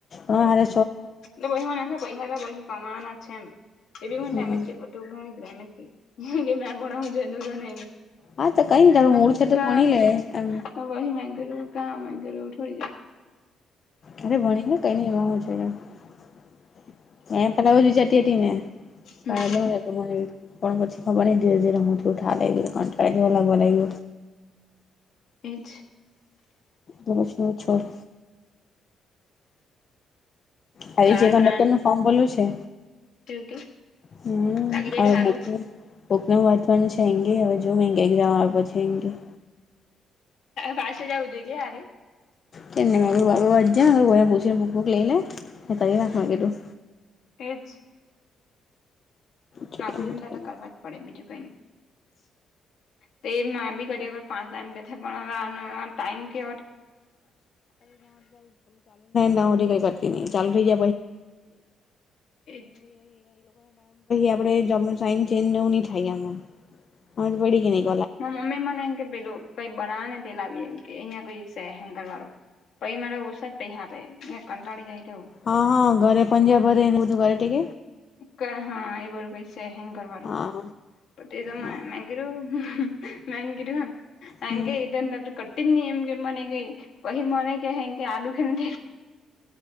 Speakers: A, on the left; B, on the left.
A: હ હરે
B: એ પહીસા મ પૈસા તો બહી કમાના છે એમ
A: હમ
B: એમેજ કેમેજ કે મે પડા મુજે દગ ન
A: હા તો કઈ નઈ તારું
B: મનીકા
A: મૂળ છે તો ભણી લે એમ
B: હ વહી મેંગોર કા મેંગરઠડી જાય
A: અરે ભણી ને કઈ નઈ એમાં હ જો એ પલા હજીચારતી હતી ને ત
B: હમ
A: જ મ પણ પછી હ પણ ધીરે ધીરે હુંથી ઉઠા લઈ કંવ લગવા લાગ
B: એજ
A: એટ કશ્નછોળ હ
B: દાળ
A: જે નકન
B: બનાવને
A: નું ફોર્મ બોલ્યું છે
B: એવું કે
A: હમ
B: લાગી જાય
A: હવે
B: તો હારું
A: બક બુક ન વાત્વનું છે એંગે હવે જો એક્ઝામ આવ છે એે
B: પાસે જવું જોઈએ હરે
A: કેને બા વાજજ બને પુછીને બક બુક લઈ લ હતા રાખમાં કે તું
B: એજ
A: જોઈએ
B: નાગરજનનેટ
A: હું થઈ ને
B: કરવા જ પડે બીજું કઈ ન તે મા બી કરી કર પાંચ ટાઈમ કેથે પણ ટમ કે
A: ચ ટમ પછી
B: એજ
A: આપે જોબ ન સા ચેન્જ નવું નહી થ ગયામાં પડી ગ ન
B: મમ્મી મને એમ કે પેધું કઈ બનાવે ને તે લાવીએમ કે અહિયાં કોઈ સ હેન્ંગર વાળું પૈ મારે ઓછ જ પૈસા આપે ને કંટાળી જાય તેવું
A: હા હા ઘરે પંજાબરે એને બ તું ઘરે ટિક
B: ક હા એ બરું પૈસા હંગ કરવાનુંું
A: હા
B: એ તો મે
A: હા
B: એન કીધું ને એ
A: હમ
B: એમ કે એ તન નતું કટિંગ ની એમ કે મને ગઈ પહી મને કે હે કે આડું કે થું